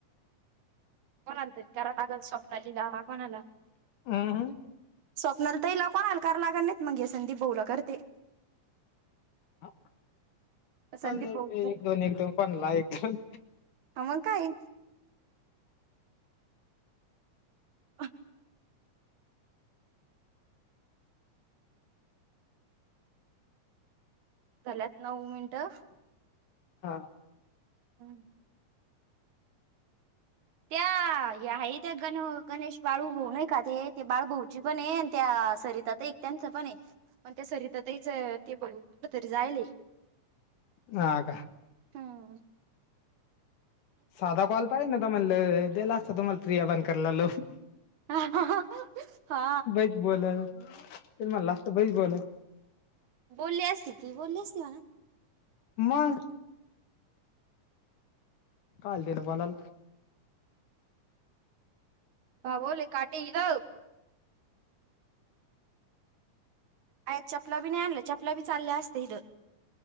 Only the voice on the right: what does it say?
कोणा आलत करा लागल स्वप्नाली दवा कोणाला
स्वप्नालिताई कोणाला कारणा नाहीत मग हे संदीप भाऊला करते
संदीप
भाऊ
आम काय अ झाल्यात नऊ मिनिटं
हम् त्या ह्या त्या गण गणेश बाळू भाऊ नाही आहे का ते ते बाळूभऊची पण ये त्या सरितात एक त्यांच पण आहे पण त्या सरितातहीच ते भरपूर तरी जायल <inaudible>
हा
हा
बोल अससती ती बोल अससती म्ह ना
ह बोले काट जा आत चपला बी नाही आणला चपला बी चालल्या असत इथं